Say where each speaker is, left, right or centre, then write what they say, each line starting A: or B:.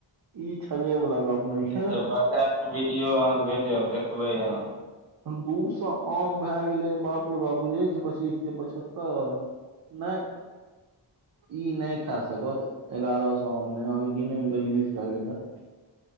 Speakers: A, on the right; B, on the right.
A: ई छजै वला गप्प नहि छै
B: तऽ बच्चा वीडियो आहाँके भेजब देखबै आहाँ
A: दू सए आम भए गेलै बाप अरे बैआ बुझै छी पच्चीस तीय पचहत्तर नहि इ नै खा सकत एगारह सौ आम नै अहाँ के गिने मे कहीं मिस भय गेल हेत